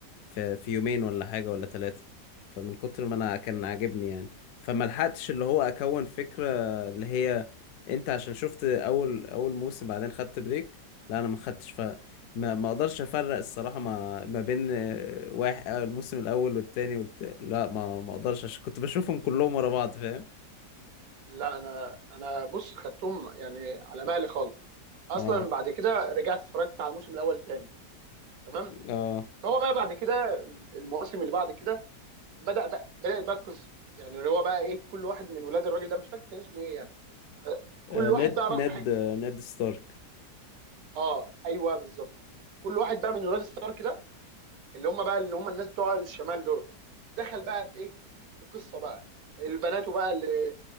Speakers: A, on the left; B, on the right.
A: في في يومين ولا حاجة ولا ثلاثة فمن كتر ما انا كان
B: مم.
A: عاجبني يعني فما لحقتش اللي هو اكون فكرة اللي هي انت عشان شفت اول اول موسم بعدين خدت بريك لا انا ما خدتش ف ما ما اقدرش افرق الصراحة ما ما بين آه، واحد آه، الموسم الاول والتاني والت... لا ما ما اقدرش عشان كنت بشوفهم كلهم ورا بعض فاهم
B: لا انا انا بص خدتهم يعني على مهلي خالص اصلا
A: اه
B: بعد كده رجعت اتفرجت على الموسم الاول تاني تمام
A: اه
B: فهو بقى بعد كده المواسم اللي بعد كده بدا بقى بدا بقى القصه يعني اللي هو بقى ايه كل واحد من ولاد الراجل ده مش فاكر كان اسمه ايه يعني كل
A: آه،
B: واحد
A: نيد
B: بقى
A: نيد
B: راح في حته
A: آه، نيد ستارك
B: اه ايوه بالظبط كل واحد بقى من ولاد ستارك ده اللي هم بقى اللي هم الناس بتوع الشمال دول دخل بقى في ايه في قصه بقى البنات بقى اللي